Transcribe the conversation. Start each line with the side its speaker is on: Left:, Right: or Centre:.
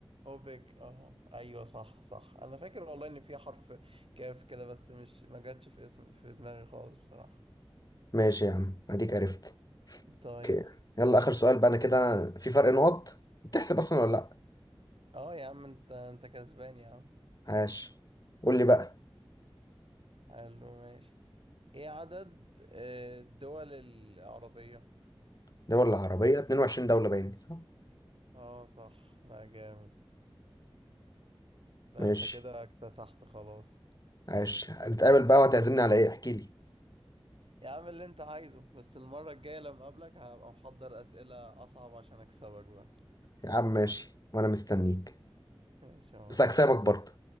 Right: اوبك اه ايوه صح صح انا فاكر والله ان في حرف كاف كده بس مش ما جاتش في اسم في دماغي خالص بصراحة
Left: ماشي يا عم أديك عرفت
Right: طيب
Left: أوكي يلا آخر سؤال بقى أنا كده في فرق نقط بتحسب أصلا ولا لأ؟
Right: اه يا عم انت انت كسبان يا عم
Left: عاش قول لي بقى
Right: حلو ماشي ايه عدد آه، الدول العربية
Left: دول العربية 22 دولة باين صح؟
Right: اه صح لا جامد لا
Left: ماشي
Right: انت كده اكتسحت خلاص
Left: عاش هنتقابل بقى وهتعزمني على ايه؟ احكي لي
Right: يا عم اللي انت عايزه بس المرة الجاية لما اقابلك هبقى محضر اسئلة اصعب عشان اكسبك بقى
Left: يا عم ماشي وانا مستنيك
Right: ماشي يا معلم
Left: بس هكسبك برضه